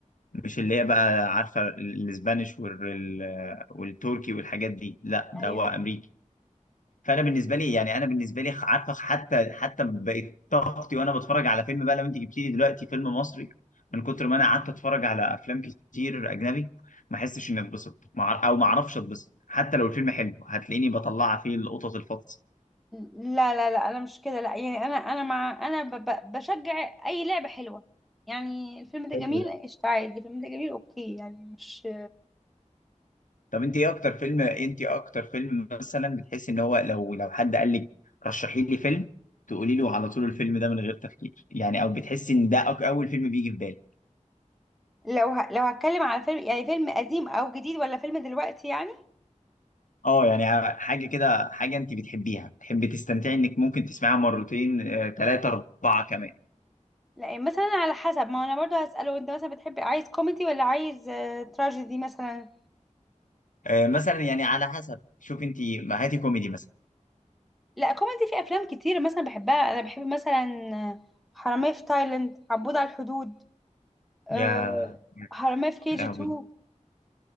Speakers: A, on the left; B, in the centre.
A: مش اللي هي بقى عارفه الاسبانيش وال- والتركي والحاجات دي لا ده
B: ايوه
A: هو امريكي فانا بالنسبه لي يعني انا بالنسبه لي عارفه حتى حتى بقت طاقتي وانا بتفرج على فيلم بقى لو انت جبتي لي دلوقتي فيلم مصري من كتر ما انا قعدت اتفرج على افلام كتير اجنبي ما احسش اني اتبسط مع- او ما اعرفش اتبسط حتى لو الفيلم حلو هتلاقيني بطلع فيه القطط الفطس
B: لا لا لا انا مش كده لا يعني انا انا مع انا ب- ب- بشجع اي لعبه حلوه يعني الفيلم ده
A: حلو
B: جميل
A: ده
B: قشطة عادي الفيلم ده جميل اوكي يعني مش
A: طب انت ايه اكتر فيلم انت ايه اكتر فيلم مثلا بتحسي ان هو لو لو حد قال لك رشحي لي فيلم تقولي له على طول الفيلم ده من غير تفكير يعني او بتحسي ان ده أك- اول فيلم بيجي في بالك
B: لو ه... لو هتكلم على فيلم يعني فيلم قديم او جديد ولا فيلم دلوقتي يعني
A: اه يعني حاجة كده حاجة انت بتحبيها بتحبي تستمتعي انك ممكن تسمعها مرتين آه، تلاتة اربعة كمان
B: لا يعني مثلا على حسب ما هو انا برضو هسأله انت مثلا بتحب عايز كوميدي ولا عايز آه، تراجيدي مثلا
A: آه، مثلا يعني على حسب شوف انت ما هاتي كوميدي مثلا
B: لا كوميدي في افلام كتير مثلا بحبها انا بحب مثلا آه، حرامية في تايلاند عبود على الحدود آه،
A: يا
B: حرامية في كي جي
A: لهوي
B: 2